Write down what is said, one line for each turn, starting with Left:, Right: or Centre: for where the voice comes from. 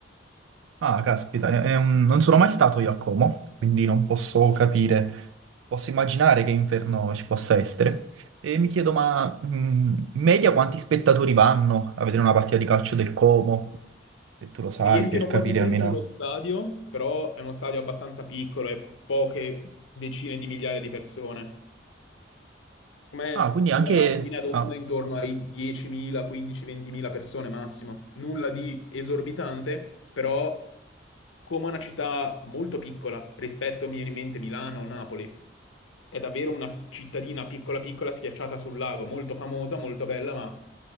Right: Ah, caspita, è- è un- non sono mai stato io a Como, quindi non posso capire, posso immaginare che inferno ci possa essere. E mi chiedo, ma mh, in media quanti spettatori vanno a vedere una partita di calcio del Como? se tu lo sai,
Left: Riempiono
Right: per capire
Left: quasi sempre
Right: almeno.
Left: lo stadio, però è uno stadio abbastanza piccolo e poche decine di migliaia di persone. Secondo me
Right: Ah, quindi
Left: la
Right: anche,
Left: linea d'onda
Right: ah,
Left: è intorno ai 10.000, 15, 20.000 persone massimo. Nulla di esorbitante, però come una città molto piccola rispetto, mi viene in mente, Milano o Napoli. È davvero una cittadina piccola piccola schiacciata sul lago, molto famosa, molto bella, ma